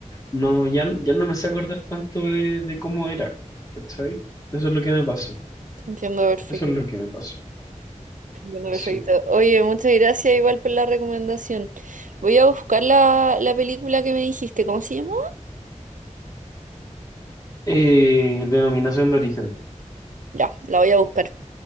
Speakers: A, on the left; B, on the right.
A: no, ya, ya no me sé acordar tanto de, de cómo era. ¿Cachai? Eso es lo que me pasó.
B: Te entiendo perfecto.
A: Eso es lo que me pasó.
B: te Entiendo
A: Sí.
B: perfecto. Oye, muchas gracias igual por la recomendación. Voy a buscar la, la película que me dijiste. ¿Cómo se llama?
A: Eh, denominación de origen.
B: Ya, la voy a buscar.